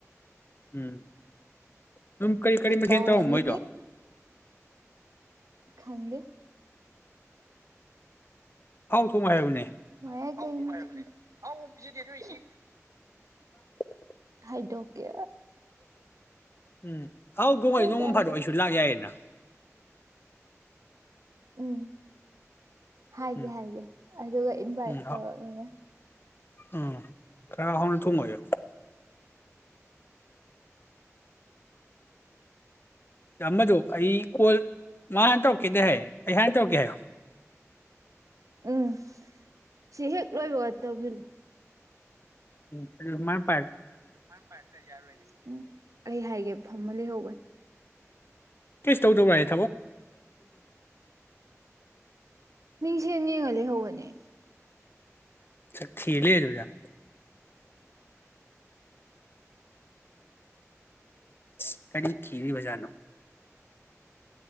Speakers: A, on the left (about 45°); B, on the right (about 80°).
A: ꯎꯝ ꯑꯗꯨꯝ ꯀꯔꯤ ꯀꯔꯤ ꯃꯈꯊꯦꯜ
B: ꯇꯧꯔꯅꯤ
A: ꯇꯧꯏ ꯃꯣꯏꯗꯣ
B: ꯈꯪꯗꯦ
A: ꯍꯥꯎ ꯊꯣꯡꯉꯨ ꯍꯥꯏꯌꯨꯅꯦ
B: ꯃ ꯀ ꯩꯅꯣꯏꯁꯤ
A: ꯑ
B: ꯍꯥꯏꯗꯣꯛ ꯀꯦ
A: ꯎꯝ ꯍꯥꯎ ꯊꯣꯡꯉꯗꯤ ꯅꯣꯡꯃ
B: ꯍꯥꯏꯗꯣꯛꯀꯦ
A: ꯐꯥꯗꯣꯛ ꯑꯩꯁꯨ ꯂꯥꯛ ꯌꯥꯏꯌꯦꯅ
B: ꯎꯝ ꯍꯥꯏꯒꯦ
A: ꯎꯝ
B: ꯍꯥꯏꯒꯦ ꯑꯗꯨꯒ ꯏꯟꯚꯥꯏꯠ
A: ꯎꯝ
B: ꯇꯧꯔꯅꯕ
A: ꯎꯝ ꯈꯔ ꯍꯥꯎꯅ ꯊꯣꯡꯉꯣ꯭ꯨ ꯌꯣ ꯆꯥꯝꯃꯗꯣ ꯑꯩ ꯀꯣꯜ ꯃꯥꯥ ꯍꯥꯟꯅ ꯇꯧꯔꯛꯀꯦꯗꯦ ꯍꯥꯏ ꯑꯩ ꯍꯥꯟꯅ ꯇꯧꯔꯛꯀꯦ ꯍꯥꯏ
B: ꯎꯝ ꯁꯤ ꯍꯦꯛ ꯂꯣꯏꯕ ꯇꯧꯖꯤꯜꯂꯨ
A: ꯎ
B: ꯎ ꯑꯩ ꯍꯥꯏꯒꯦ ꯐꯝꯃ ꯂꯩꯍꯧꯕꯅꯦ
A: ꯀꯁ ꯇꯧ ꯇꯧꯕꯕ꯭ꯔꯥꯏꯦ
B: ꯁꯦꯅ ꯌꯦꯡꯍ ꯍꯧ ꯅꯦ
A: ꯆ ꯊꯤ ꯂꯩꯦꯖꯣ ꯌꯥ ꯎ ꯀꯔꯤ ꯈꯤꯔꯤ ꯃꯖꯥꯅ